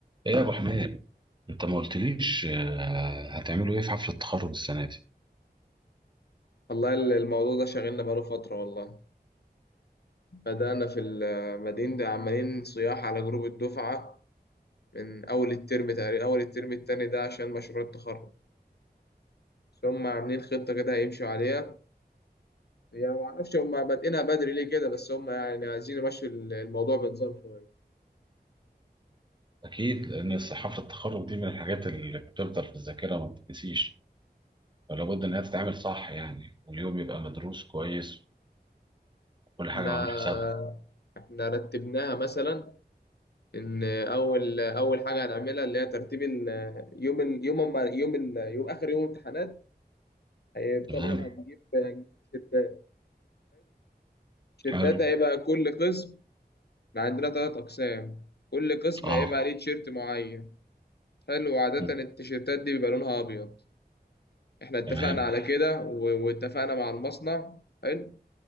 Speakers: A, on the right (about 25°); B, on the left (about 70°).
A: ايه يا ابو حميد انت ما قلتليش آه، هتعملوا ايه في حفله التخرج السنه دي
B: والله ال- الموضوع ده شاغلنا بقاله فترة والله بدأنا في المدينة ده عمالين صياح على جروب الدفعة من أول الترم تقريبا أول الترم التاني ده عشان مشروع التخرج بس هم عاملين خطة كده هيمشوا عليها يعني معرفش هم بادئينها بدري ليه كده بس هم يعني عايزين يمشوا ال- الموضوع بنظام شوية
A: اكيد لان الس- حفله التخرج دي من الحاجات اللي بتفضل في الذاكره ما بتتنسيش ولابد انها تتعمل صح يعني واليوم يبقى مدروس كويس وكل
B: احنا
A: حاجه معمول حسابها
B: احنا رتبناها مثلا ان اول اول حاجه هنعملها اللي هي ترتيب ال- يوم ال- يوم أما- يوم ال- يوم اخر يوم امتحانات هي طبعا
A: تمام
B: هنجيب هنجيب تيشيرتات تيشيرتات
A: حلو
B: هيبقى كل قسم احنا عندنا تلات أقسام كل قسم
A: اه
B: هيبقى ليه تيشيرت معين حلو وعادة
A: م.
B: التيشيرتات دي بيبقى لونها أبيض احنا اتفقنا
A: تمام
B: على كده و- واتفقنا مع المصنع حلو